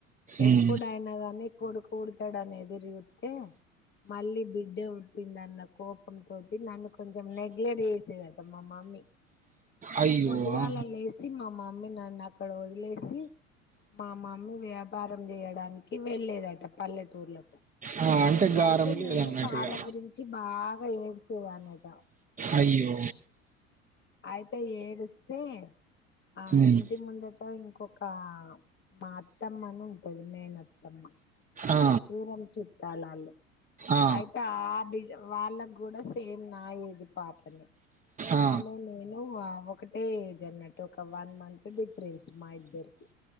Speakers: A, on the right; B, on the left.
A: ఉమ్.
B: ఎప్పుడయినా గానీ కొడుకు పుడతాడని ఎదురుచూతే మళ్ళీ బిడ్డ పుట్టిందన్న కోపం తోటి నన్ను కొంచెం నెగ్లెక్ట్ చేసేదాటా మామ మి
A: అయ్యో
B: పొద్దుగాల
A: ఆహా.
B: లేస్ సి మా మమీ నన్ను అక్కడ వదిలేసి మా మమీ వ్యా వ్యాపారం చేయడానికి వెళ్ళలేదట పల్లెటూర్లకు
A: ఆ, అంటే గారం
B: అయితే
A: లేదన్నట్టుగా
B: నేను పాల గురించి బాగా ఏడ్చేదనట
A: అయ్యో
B: అయితే ఏడుస్తే ఆ
A: ఉమ్.
B: ఇంటి ముందు ఇంకొక మా అత్తమ్మని ఉంటది మేన్ అత్తమ్మ
A: ఆ,
B: దూరం చుట్టలాలు
A: ఆ,
B: అయితే ఆ బిడ్ వాళ్ళకి కూడా సేమ్ నా ఏజ్ పాపనే
A: ఆ,
B: ఆమె నేను ఒకటే ఏజ్ అన్నట్టు ఒక వన్ మంత్ డిఫరెన్స్ మా ఇద్దరికి